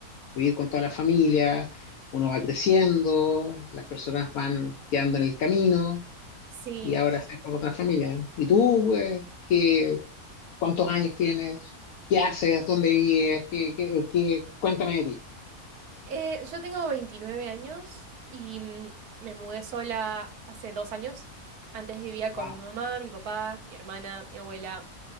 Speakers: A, on the left (about 75°); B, on the right (about 85°).
A: vivir con toda la familia, uno va creciendo, las personas van quedando en el camino
B: Sí,
A: y ahora estoy con otra familia. ¿Y tú, pues, qué, ¿Cuántos años tienes? ¿Qué haces? ¿Dónde vives? ¿Qué, qué, qué? Cuéntame de ti.
B: Eh, yo tengo veintinueve años y mm, me mudé sola hace dos años. Antes vivía con
A: Wow,
B: mi mamá, mi papá, mi hermana, mi abuela